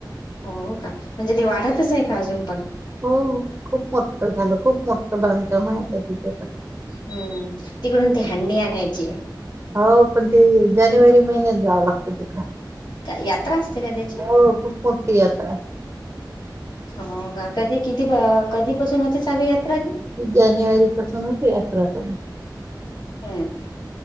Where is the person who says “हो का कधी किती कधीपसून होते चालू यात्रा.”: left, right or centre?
Left